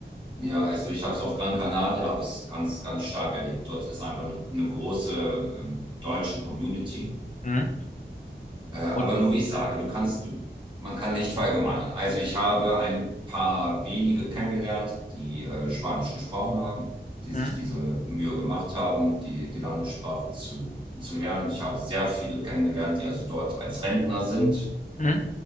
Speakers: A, on the right; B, on the left.
A: Ja, also ich habe es auf Gran Canaria, habe es ganz, ganz stark erlebt. Dort ist einfach eine, eine große ähm, deutsche Community.
B: Mhm.
A: Äh, aber
B: Und
A: nur wie ich sage, du kannst, du, man kann nicht verallgemeinern. Also ich habe ein paar wenige kennengelernt, die äh, Spanisch gesprochen haben, die
B: mhm,
A: sich diese Mühe gemacht haben, die, die Landessprache zu, zu lernen. Ich habe sehr viele kennengelernt, die also dort als Rentner sind
B: mhm,